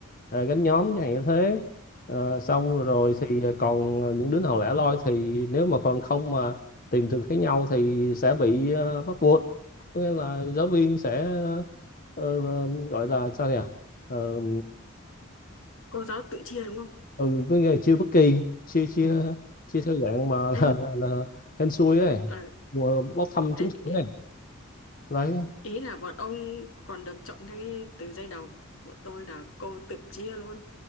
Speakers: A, on the left (about 40°); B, on the left (about 65°).
A: à, gánh nhóm chẳng hạn như thế Ờ, xong rồi thì còn những đứa nào lẻ loi thì nếu mà còn không mà tìm được thấy nhau thì sẽ bị ờ, bắt buộc có nghĩa là giáo viên sẽ ờ, ờ, gọi là sao nhỉ ờ, ờ,
B: Cô giáo tự chia đúng không?
A: ừ, có nghĩa là chiêu bất kỳ chia chia chia theo dạng mà là,
B: Ê,
A: là hên xui ấy
B: ờ,
A: mùa bốc thăm
B: ê,
A: trúng thưởng ấy đấy
B: Ý là bọn ông còn được chọn ngay từ giây đầu. Bọn tôi là cô tự chia luôn.